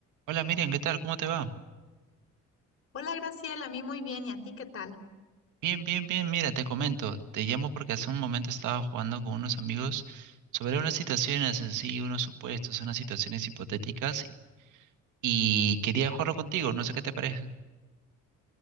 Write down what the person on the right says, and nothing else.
Hola Miriam, ¿qué tal? ¿Cómo te va?
Bien, bien, bien. Mira, te comento, te llamo porque hace un momento estaba jugando con unos amigos sobre unas situaciones en sí, unos supuestos, unas situaciones hipotéticas y y quería jugarlo contigo, no sé qué te parece.